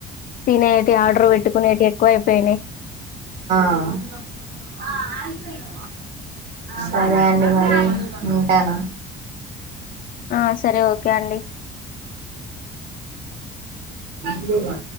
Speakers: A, on the left (about 55°); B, on the right (about 80°).
A: తినేటి ఆర్డర్ పెట్టుకునేటి ఎక్కువ అయిపోయినాయి
B: ఆ సరే అండి మరి ఉంటాను
A: ఆ సరే ఓకే అండి
B: న్నలో కా